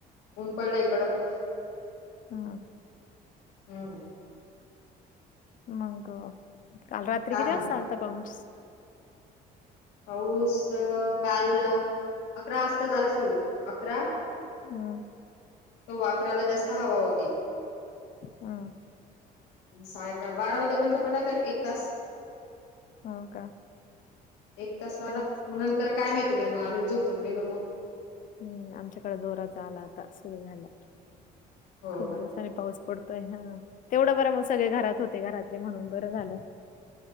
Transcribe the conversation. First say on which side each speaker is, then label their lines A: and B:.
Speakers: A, on the left; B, on the left.
A: ऊन पडलय कडक.
B: हा.
A: हम.
B: मग, काल रात्री
A: काय
B: किती
A: म्हणते
B: वाजता आलत पाऊस.
A: पाऊस काल, अकरा वाजता झाला सुरु अकरा
B: हम्म
A: त वाकराला जास्त हवा होती.
B: हा.
A: साडे अकरा बारा वाजेपर्यंत पडला तरी एक तास.
B: ह का.
A: एक तास आला,
B: तेव्हा
A: म नंतर काय माहितीय ब आम्ही झोपून गेलो मग.
B: हम्म आमच्याकडे जोराचा आला आता सुरू झाला,
A: हो
B: खूप
A: का
B: दिवस पाऊस पडतोय हा तेवढं बर मग सगळे घरात होते घरातले म्हणून बरं झालं.